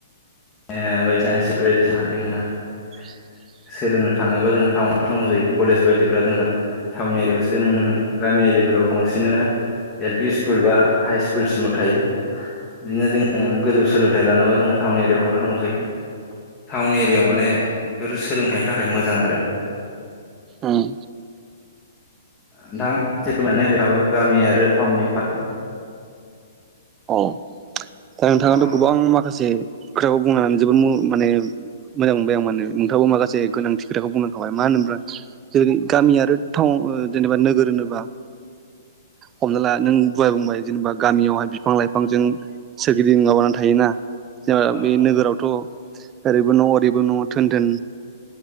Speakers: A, on the left; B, on the right.
A: ए <unintelligible>
B: <inaudible>
A: सोलोंनो थाङोबा जोङो टाउनाव थांथारनांगौ जायो कलेज बायदिफ्रा जोंना थाउन एरियायावसो नुनो मोन गामि एरिया फोराव बांसिनानो एल पि स्कुल बा हाइ स्कुलसिमल' थायो बिदिनो जोङो गोजौ सोलोंथाइ लानोबा जोङो टाउन एरियायाव थांथारनांगौ जायो। टाउन एरियायाव माने बेफोर सोलोंथाइनि थाखाय मोजां आरो।
B: उम।
A: ओनथां <unintelligible> गामि आरो टाउननि फारागखौ
B: औ दा नोंथाङाथ'
A: औ
B: गोबां माखासे खोथाखौ बुंनानै जोबो मो माने मोजां मोनबाय आं मानो नोंथांङाबो माखासे गोनांथि खोथाखौ बुंलां खाबाय मानो होनोब्ला ब्रा जेरै गामि आरो टाउ ओ जेनेबा नोगोर होनोबा हमना ला नों दहाय बुंबाय जेनेबा गामियावहाय बिफां लाइफांजों सोरगिदिं माबानानै थायोना जेना
A: औ
B: बे नोगोरावथ' ओरैबो न' ओरैबो न' थोन थोन